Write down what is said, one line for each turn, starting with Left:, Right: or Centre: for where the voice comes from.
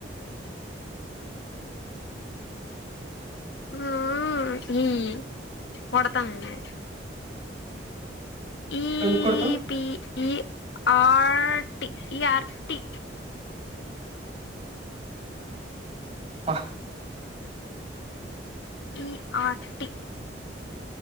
Left: ఆ అ. ఊమ్ కొడతాను. ఈపిఈ,
Right: ఎందుకు కొడతావ్
Left: ఆర్టి, ఈఆర్టి.
Right: ప హ.
Left: ఈ ఆర్టి టి.